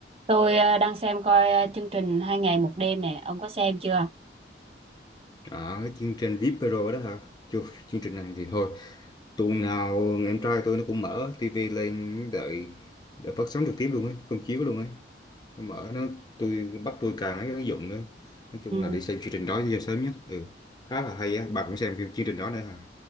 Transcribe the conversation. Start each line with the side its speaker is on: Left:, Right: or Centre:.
Right: Tôi ờ, đang xem coi ờ, chương trình Hai ngày một đêm nè, ông có xem chưa?
Left: Đó, cái chương trình VIP Pro đó hả? Chù, chương trình này thì thôi. Tuần nào em trai tôi nó cũng mở tivi lên đợi đợi phát sóng trực tiếp luôn ấy, công chiếu luôn ấy. Nó mở nó tôi bắt tôi cài mấy cái ứng dụng nữa. Nói chung
Right: Ừ,
Left: là để xem chương trình đó cho sớm nhất. Ừ, khá là hay á. Bà cũng xem phim chương trình đó nữa hả?